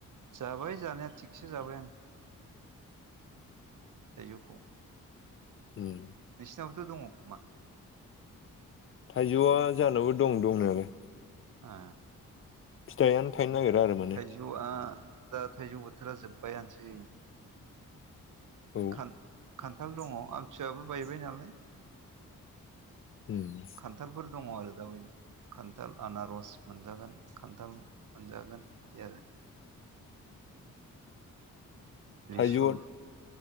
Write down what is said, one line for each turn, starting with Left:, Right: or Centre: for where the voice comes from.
Right: जाबाय जानाया थिगसे जाबाय आं थायजौखौ
Left: उम
Right: नोंसिनावबोथ' दंङो खोमा
Left: थाइजौआ जानावबो दं दंनायालाय
Right: आ
Left: फिथायानो थायनो नागिरा आरो माने
Right: थाइजौआ दा थाइजौ बोथोरा जोब्बायानोसै
Left: औ
Right: खान्थाल दंङो आमथि सुवायाबो बायबाय नालाय
Left: उम
Right: खान्थालफोर दंङो आरो दा बे खान्थाल आनारस मोनजागोन खान्थाल मोनजागोन जि आरो लिसु
Left: थाइजौआ